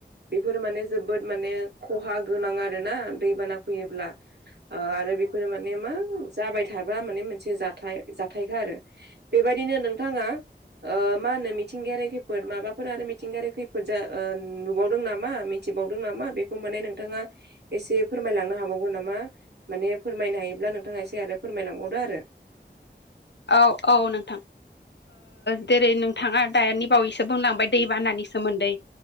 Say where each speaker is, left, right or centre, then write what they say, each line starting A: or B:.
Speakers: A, on the right (about 65°); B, on the left (about 70°).
A: बेफोरो माने जोबोद माने खहा गोनां आरोना दैबाना फैयोब्ला आरो बेफोरो माने मा जाबाय थाग्रा माने मोनसे जाथाय जाथायखा आरो बेबायदिनो नोंथांङा मा होनो मिथिंगायारि खैफोद माबाफोर आरो मिथिंगायारि खैफोद जा नुबावदों नामा मिथिबावदों नामा बेखौ माने नोंथांङा एसे फोरमायलांनो हाबावगौ नामा माने फोरमायनो हायोब्ला नोंथांङा एसे आरो फोरमायलांबावदो आरो
B: औ औ नोंथां जेरै नोंथाङा दानि बावैसो बुंलांबाय दैबानानि सोमोन्दै